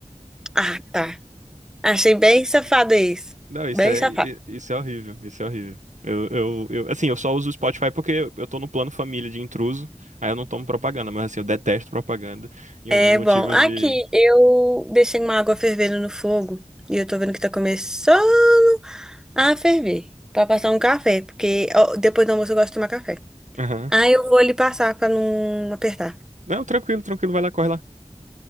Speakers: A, in the centre; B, on the right.
A: Ah, tá. Achei bem safado isso.
B: Não, isso
A: Bem
B: é,
A: safado.
B: i- isso é horrível, isso é horrível. Eu, eu, eu, assim, eu só uso o Spotify porque eu tô no plano família de intruso, aí eu não tomo propaganda, mas assim, eu detesto propaganda. E
A: É
B: um dos motivos
A: bom. Aqui
B: de.
A: eu deixei uma água fervendo no fogo e eu tô vendo que tá começando a ferver Pra passar um café, porque ó, depois do almoço eu gosto de tomar café.
B: Aham.
A: Aí eu vou ali passar pra não apertar.
B: Não, tranquilo, tranquilo, vai lá, corre lá.